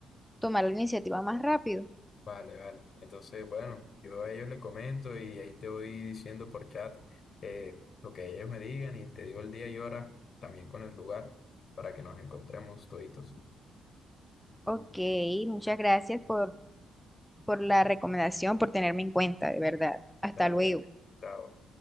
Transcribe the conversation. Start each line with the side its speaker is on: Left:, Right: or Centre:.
Centre: tomar la iniciativa más rápido.
Left: Vale, vale. Entonces, bueno, yo a ellos le comento y ahí te voy diciendo por chat eh, lo que ellos me digan y te digo el día y hora, también con el lugar, para que nos encontremos toditos.
Centre: Ok, muchas gracias por, por la recomendación, por tenerme en cuenta, de verdad. Hasta
Left: Dale,
Centre: luego.
Left: dale. Chao.